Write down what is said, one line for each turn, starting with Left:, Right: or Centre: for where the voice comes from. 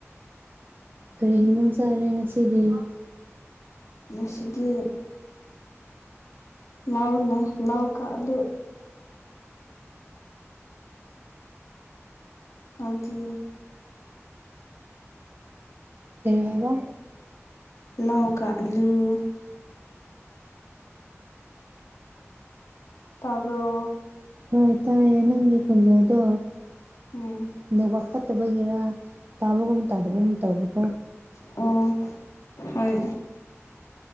Right: ꯀꯔꯤ ꯍꯤꯟꯖꯥꯡ ꯆꯥꯔꯦ ꯉꯁꯤꯗꯤ꯫
Left: ꯉꯁꯤꯗꯤ ꯂꯥꯎꯅ ꯂꯥꯎ ꯀꯛ ꯑꯗꯨ꯫ ꯅꯪꯗꯤ꯫
Right: ꯀꯔꯤꯍꯥꯏꯕ
Left: ꯂꯥꯎꯀ ꯑꯂꯨ꯫ ꯇꯥꯔꯕꯣ꯫
Right: ꯍꯣꯏ ꯇꯥꯏꯌꯦ ꯅꯪꯒꯤ ꯈꯣꯟꯖꯦꯜꯗꯣ
Left: ꯎꯝ
Right: ꯅꯦꯠꯋꯥꯛ ꯐꯠ꯫ ꯐꯠꯇꯕꯒꯤꯔꯥ ꯇꯥꯕꯒꯨꯝ ꯇꯥꯗꯕꯒꯨꯝ ꯇꯧꯕꯀꯣ
Left: ꯑꯣ ꯍꯣꯏ